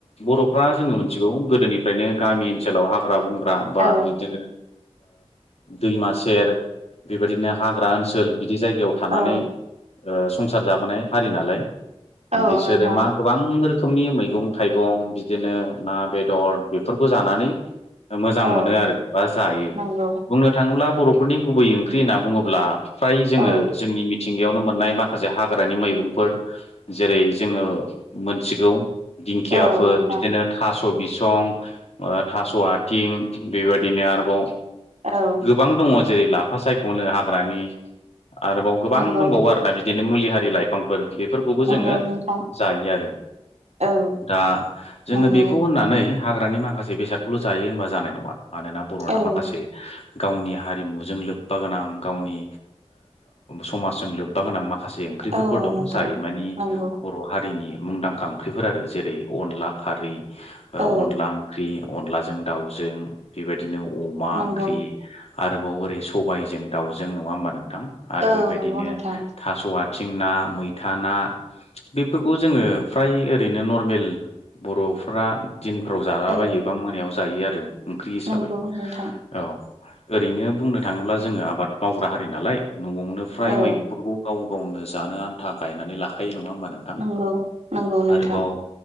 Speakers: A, on the left (about 65°); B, on the right (about 70°).
A: बर'फ्रा जोङो मोनथिगौ गोदोनिफ्रायनो गामि ओनसोलाव हाग्रा बंग्रा बा
B: औ
A: बिदिनो दैमा सेर बेबायदिनो हाग्रा ओनसोल बिदि जायगायाव थानानै
B: औ
A: संसार जाबोनाय हारि नालाय
B: औ
A: बिसोरो
B: नोंथां
A: मा गोबां रोखोमनि मैगं थाइगं बिदिनो ना बेदर बेफोरखौ जानानै मोजां
B: औ
A: मोनो आरो बा जायो
B: नंगौ
A: बुंनो थाङोब्ला बर'फोरनि गुबै ओंख्रि होनना बुङोब्ला फ्राय जोङो
B: औ
A: जोंनि थिंगायावनो मोननाय माखासे हाग्रानि मैगंफोर जेरै जोङो मोनथिगौ दिंखिया
B: औ नोंथां
A: बिनो थ' बिसं थास' आथिं बेबायदिनो आरोबाव
B: औ
A: गोबां दङ जेरै लाफा सायख'नो हाग्रानि आरोबाव गोबां
B: नंगौ
A: दंबावो आरोना बिदिनो मुलि हारि लाइफांफोर बेफोरखौबो
B: नंगौ
A: जोङो
B: नोंथां
A: जायो आरो
B: औ
A: दा जोङो
B: नंगौ
A: बेखौ होननानै हाग्रानि माखासे बेसादखौल' जायो होनबा जानाय नङा मानोना बर'ना
B: औ
A: माखासे गावनि हारिमुजों लोब्बा गोनां गावनि समाजजों लोब्बा गोनां माखासे ओंख्रिफोरबो
B: औ
A: दं
B: नोंथां
A: जाय मानि
B: नंगौ
A: बर' हारिनि मुंदांखा ओंख्रिफोर आरो जेरै अनला खारै अनला
B: औ
A: ओंख्रि अनलाजों दाउजों बेबायदिनो अमा
B: नंगौ
A: ओंख्रि आरोबाव ओरै सबायजों दाउजों नङा होमबा नोंथां? आरो
B: औ
A: बेबायदिनो
B: नंगौ नोंथां
A: थास' आथिं ना मैथा ना बेफोरखौ जोङो फ्राय ओरैनो नरमेल बर'फ्रा दिनफ्राव जालाबायो
B: औ
A: बा मोनायाव जायो आरो। ओंख्रि हिसाबै
B: नंगौ नोंथां
A: औ ओरैनो बुंनो थाङोब्ला जोङो आबाद मावग्रा हारि नालाय न'आवनो फ्राय
B: औ
A: मैगंफोरखौ गाव गावनो जानो आन्था गायनानै लाखायो नङा होमबा नोंथां
B: नंगौ नंगौ नोंथां
A: आरोबाव